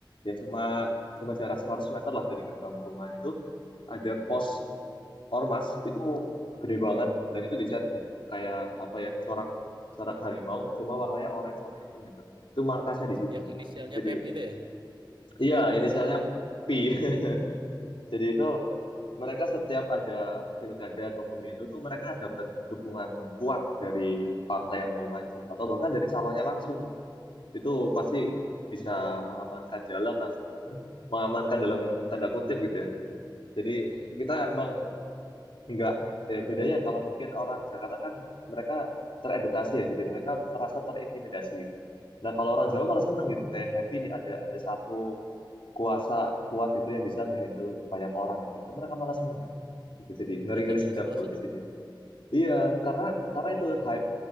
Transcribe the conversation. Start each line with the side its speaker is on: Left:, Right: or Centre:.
Left: Ya cuma cuma jarak 100 meter lah dari gerbang perumahan itu. Ada pos ormas itu gede banget dan itu dicat tuh kayak apa ya corak corak harimau cuma warnanya orange sama hitam gitu itu markasnya di situ
Right: Yang inisialnya
Left: jadi
Right: Pep itu ya.
Left: iya inisialnya P <laughs> jadi itu mereka setiap ada pilkada atau pemilu tuh mereka dapat dukungan kuat dari partai yang mau maju atau bahkan dari calonnya langsung tuh itu pasti bisa
Right: Iya.
Left: mengamankan jalan langsung mengamankan dalam tanda kutip gitu ya jadi
Right: Heeh.
Left: kita emang Enggak, eh, bedanya kalau mungkin orang Jakarta kan mereka teredukasi ya, jadi mereka merasa terintimidasi gitu. Nah kalau orang Jawa malah seneng gitu, kayak happy nih ada ada satu kuasa kuat gitu yang bisa ngehandle banyak orang itu. Itu mereka malah seneng nggak? Gitu. Jadi ngeri-ngeri
Right: Ah, serius
Left: sedap
Right: malasan
Left: kalau di
Right: dong.
Left: sini ya. Iya, karena karena itu hype.